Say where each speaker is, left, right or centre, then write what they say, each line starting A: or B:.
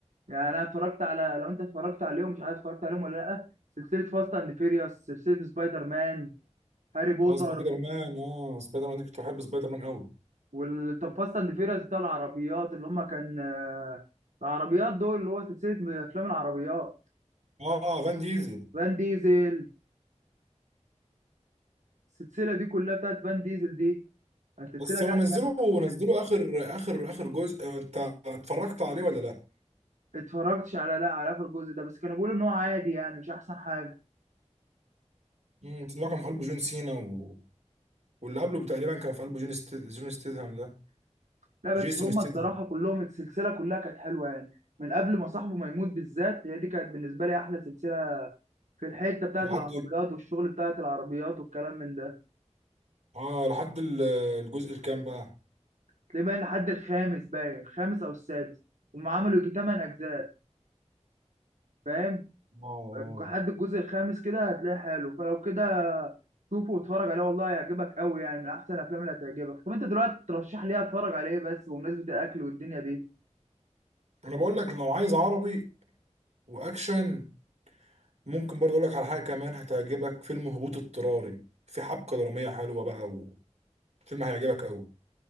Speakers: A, on the right; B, on the right.
A: يعني انا اتفرجت على لو انت اتفرجت عليهم مش عارف اتفرجت عليهم ولا لا سلسله فاست اند فيريوس سلسله سبايدر مان هاري بوتر
B: اه سبايدر مان اه سبايدر مان دي كنت بحب سبايدر مان قوي
A: وال طب فاست اند فيريوس بتاع العربيات اللي هم كان آه، العربيات دول اللي هو سلسله افلام العربيات
B: اه آه، فان ديزل
A: فان ديزل السلسله دي كلها بتاعت فان ديزل دي سلسله
B: بس هو
A: جامده
B: نزله نزله اخر اخر اخر جزء انت اتفرجت عليه ولا لا
A: اتفرجتش على لا على اخر الجزء ده بس كانوا بيقولوا ان هو عادي يعني مش احسن حاجه
B: مم، اللي هو كان في قلبه جون سينا و... واللي قبله تقريبا كان في قلبه جون ست... جون ستيدهام ده
A: لا بس
B: جيسون
A: هم
B: ستيدهام
A: الصراحه كلهم السلسله كلها كانت حلوه يعني من قبل ما صاحبه ما يموت بالذات هي دي كانت بالنسبه لي احلى سلسله في الحته بتاعت
B: لحد
A: العربيات والشغل بتاعت العربيات والكلام من ده
B: اه لحد ال- الجزء الكام بقى
A: تلاقيه باين لحد الخامس باين الخامس او السادس هم عملوا يجي تمن اجزاء فاهم
B: اه آه.
A: لحد الجزء الخامس كده هتلاقيه حلو فلو كده شوفه واتفرج عليه والله هيعجبك قوي يعني من احسن الافلام اللي هتعجبك طب انت دلوقتي ترشح لي إيه اتفرج على ايه بس بمناسبه الاكل والدنيا دي
B: انا بقول لك لو عايز عربي واكشن ممكن برضه اقول لك على حاجه كمان هتعجبك فيلم هبوط اضطراري في حبكه دراميه حلوه بقى وفيلم هيعجبك قوي